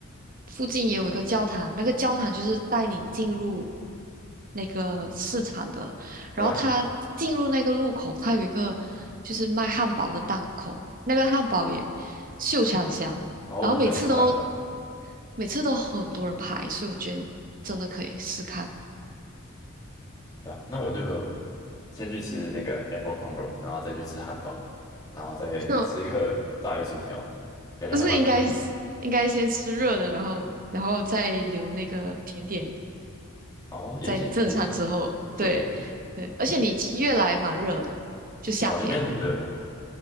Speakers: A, on the right; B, on the left.
A: 附近也有一个教堂，那个教堂就是带你进入那个市场的。
B: 嗯，
A: 然后它进入那个路口，它有一个就是卖汉堡的档口，那个汉堡也秀场香，
B: 然后我很喜欢吃汉堡，
A: 然后每次都每次都很多人排，所以我觉得你真的可以试看。
B: 对啊，那我就先去吃那个 apple crumble，然后再去吃汉堡，然后再吃一个炸鱼薯条，
A: 就
B: 感觉还蛮，
A: 不是应该应该先吃热的，然后然后再留那个甜点
B: 哦，也行也行，
A: 在你正餐之后，
B: 可以可以，
A: 对对，而且你七月来蛮热的，就夏天，
B: 哦，那边很热吗？